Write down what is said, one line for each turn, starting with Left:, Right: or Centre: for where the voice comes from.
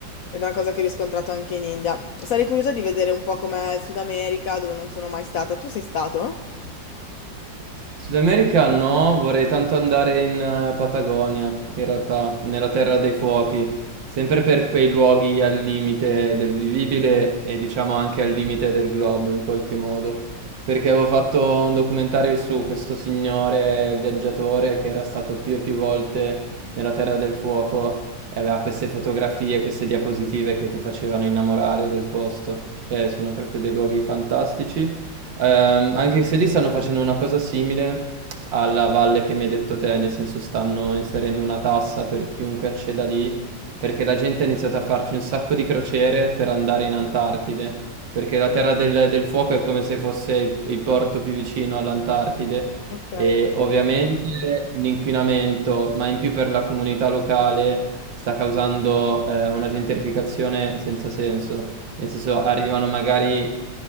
Left: ed è una cosa che ho riscontrato anche in India. Sarei curiosa di vedere un po' com'è il Sud America, dove non sono mai stata. Tu sei stato?
Right: Sud America no, vorrei tanto andare in eh, Patagonia, in realtà, nella Terra dei Fuochi, sempre per quei luoghi al limite del vivibile e diciamo anche al limite del globo in qualche modo, perché avevo fatto un documentario su questo signore viaggiatore che era stato più e più volte nella Terra del Fuoco e aveva queste fotografie, queste diapositive che ti facevano innamorare del posto, cioè sono proprio dei luoghi fantastici. Ehm, anche se lì stanno facendo una cosa simile alla valle che mi hai detto te, nel senso stanno inserendo una tassa per chiunque acceda lì, perché la gente ha iniziato a farci un sacco di crociere per andare in Antartide, perché la Terra del, del Fuoco è come se fosse il, il porto più vicino all'Antartide
Left: Ok.
Right: e ovviamente l'inquinamento, ma in più per la comunità locale, sta causando eh, una gentrificazione senza senso, nel senso arrivano magari